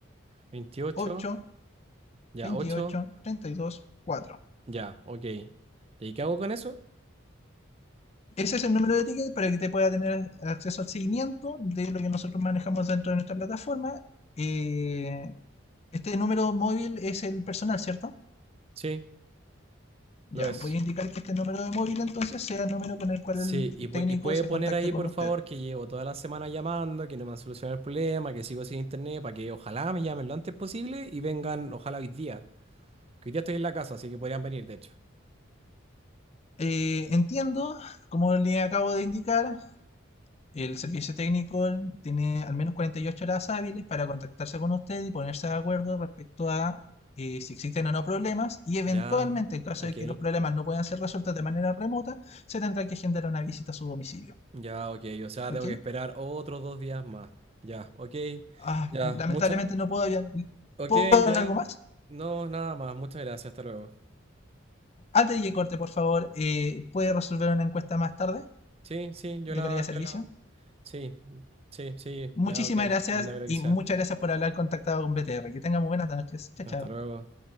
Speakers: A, on the right; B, on the left.
A: 28,
B: ocho
A: ya,
B: veintiocho
A: 8,
B: treinta y dos cuatro.
A: ya, ok. ¿Y ahí qué hago con eso?
B: Ese es el número de ticket para que te pueda tener acceso al seguimiento de lo que nosotros manejamos dentro de nuestra plataforma. Eh, este número móvil es el personal, ¿cierto?
A: Sí,
B: Ya,
A: lo es.
B: voy a indicar que este número de móvil entonces sea el número con el cual
A: Sí,
B: el
A: y, pu-
B: técnico
A: y puede
B: se
A: poner
B: contacte
A: ahí,
B: con
A: por
B: usted.
A: favor, que llevo toda la semana llamando, que no me han solucionado el problema, que sigo sin internet, para que ojalá me llamen lo antes posible y vengan, ojalá hoy día. Que hoy día estoy en la casa, así que podrían venir, de hecho.
B: Eh, entiendo, como le acabo de indicar, El servicio técnico tiene al menos 48 horas hábiles para contactarse con usted y ponerse de acuerdo respecto a eh, si existen o no problemas y eventualmente,
A: Ya,
B: en caso
A: ok,
B: de que los problemas no puedan ser resueltos de manera remota, se tendrá que agendar una visita a su domicilio.
A: ya, ok. O sea,
B: ¿Ok?
A: tengo que esperar otros dos días más. Ya, ok,
B: Ah,
A: ya,
B: lamentablemente
A: muchas,
B: no puedo hablar
A: ok,
B: ¿Puedo hablar
A: ya.
B: algo más?
A: No, nada más. Muchas gracias. Hasta luego.
B: Antes de que corte, por favor, eh, ¿puede resolver una encuesta más tarde
A: Sí, sí, yo
B: de
A: la,
B: calidad de servicio?
A: yo la. Sí, sí, sí,
B: Muchísimas
A: ya, ok.
B: gracias
A: Mándame lo
B: y
A: que sea.
B: muchas gracias por haber contactado con BTR. Que tengan muy buenas noches. Chao,
A: Hasta
B: chao.
A: luego.